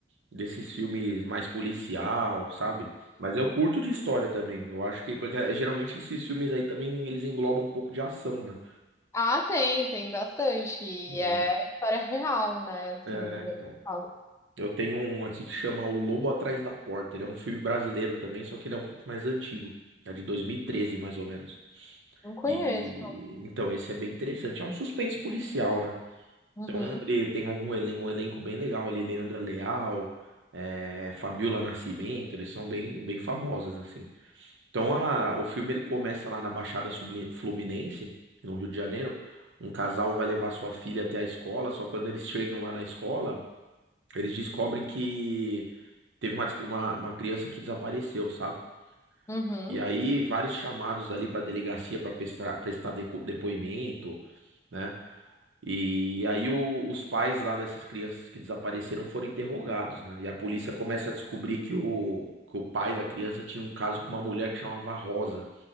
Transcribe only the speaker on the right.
desses filmes mais policial, sabe? Mas eu curto de história também. Eu acho que, porque geralmente esses filmes aí também eles englobam um pouco de ação, né?
Uhum.
É, então.
Eu tenho um aqui que chama O Lobo Atrás da Porta. Ele é um filme brasileiro também, só que ele é um pouco mais antigo. É de 2013 mais ou menos.
E então esse é bem interessante. É um suspense policial, né?
Então ele tem algum elenco, um elenco bem legal ali, Leandra Leal, eh, Fabiola Nascimento, eles são bem, bem famosos assim. Então a- o filme ele começa lá na Baixada Subli- Fluminense, no Rio de Janeiro. Um casal vai levar sua filha até a escola, só quando eles chegam lá na escola, eles descobrem que Teve uma, uma, uma criança que desapareceu, sabe?
E aí, vários chamados ali para delegacia para prestar, prestar deco- depoimento, né? E aí, o- os pais lá dessas crianças que desapareceram foram interrogados, né? E a polícia começa a descobrir que o, que o pai da criança tinha um caso com uma mulher que chamava Rosa,